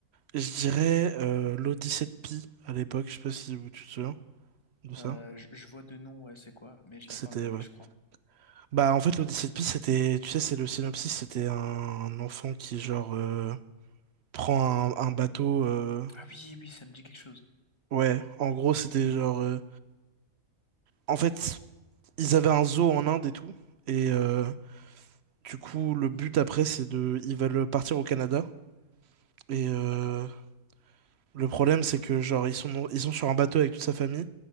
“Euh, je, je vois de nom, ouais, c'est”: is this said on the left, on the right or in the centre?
Left